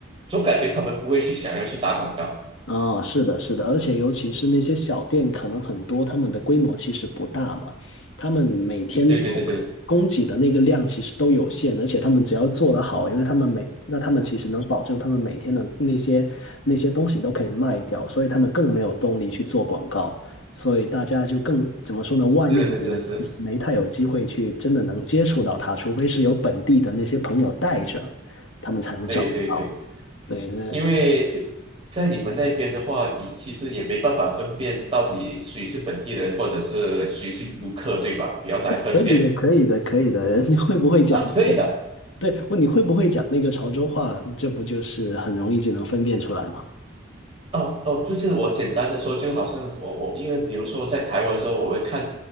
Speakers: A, on the right; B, on the left.
A: 总感觉他们不会去想要去打广告。
B: 啊，是的，是的，而且尤其是那些小店，可能很多他们的规模其实不大嘛，他们每天供供给的那个量其实都有限，
A: 对对对对，
B: 而且他们只要做得好，因为他们每，那他们其实能保证他们每天的那些那些东西都可以卖掉，所以他们更没有动力去做广告，所以大家就更，怎么说呢，
A: 是的是是，
B: 外面的人其实没太有机会去真的能接触到他，除非是有本地的那些朋友带着，他们才能找得到。
A: 对对对，
B: 对，那
A: 因为对，在你们那边的话，你其实也没办法分辨到底谁是本地人或者是谁是游客，对吧？比较难分辨
B: 可以的，可以的，可以的。<laughs> 你会不会讲那个？
A: 啊，可以的。
B: 对，问你会不会讲那个潮州话？这不就是很容易就能分辨出来吗？
A: 哦哦，就是我简单的说，就好像我我因为比如说在台湾的时候，我会看